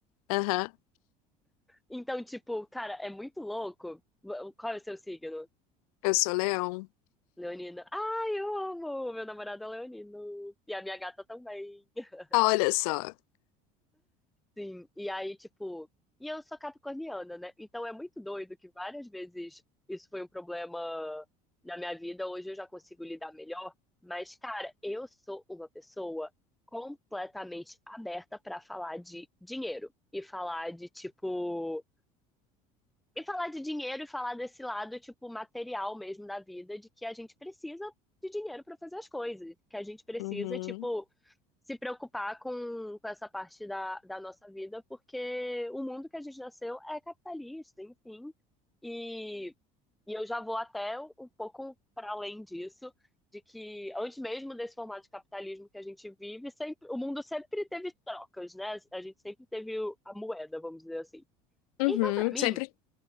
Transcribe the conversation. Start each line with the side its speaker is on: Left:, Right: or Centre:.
Left: Aham.
Centre: Então, tipo, cara, é muito louco. Qual é o seu signo?
Left: Eu sou leão.
Centre: Leonino. Ai, eu amo! Meu namorado é leonino. E a minha gata também. <laughs>
Left: Ah, olha só.
Centre: Sim. E aí, tipo. E eu sou capricorniana, né? Então é muito doido que várias vezes isso foi um problema na minha vida. Hoje eu já consigo lidar melhor. Mas, cara, eu sou uma pessoa completamente aberta pra falar de dinheiro e falar de, tipo, E falar de dinheiro e falar desse lado, tipo, material mesmo da vida, de que a gente precisa de dinheiro para fazer as coisas, que a gente precisa,
Left: Uhum.
Centre: tipo, se preocupar com, com essa parte da, da nossa vida, porque o mundo que a gente nasceu é capitalista, enfim. E, e eu já vou até um pouco para além disso, de que antes mesmo desse formato de capitalismo que a gente vive, sempre, o mundo sempre teve trocas, né? A gente sempre teve a moeda, vamos dizer assim.
Left: Uhum.
Centre: Então, para mim,
Left: Sempre